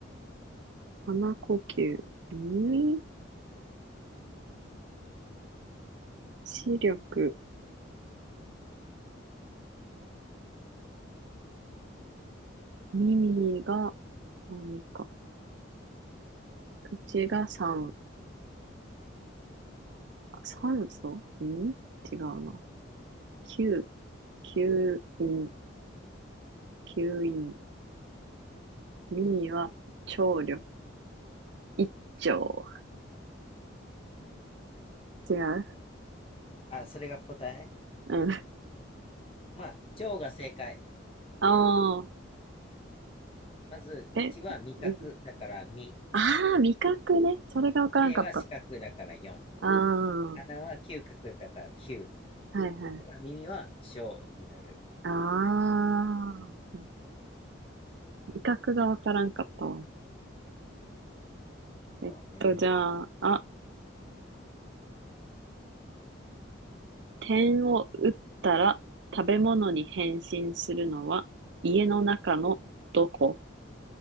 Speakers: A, on the right; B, on the left.
A: 鼻呼吸。うん、視力、耳が何か。口が酸、酸素うん違うな。吸、吸引、吸引。耳は聴力、一聴。違う
B: あ、それが答え
A: うん。あ
B: まあ、腸が正解。
A: あ、
B: まず、口は味覚だから味
A: え、うんああ、味覚ね。それがわからんかった。
B: 目は視覚だから四
A: ああ、は
B: 鼻は嗅覚だから九
A: いはい。
B: だから耳は小になる。
A: ああ、味覚がわからんかったわ。えっと、
B: そうね。
A: じゃあ、あ、点を打ったら食べ物に変身するのは家の中のどこ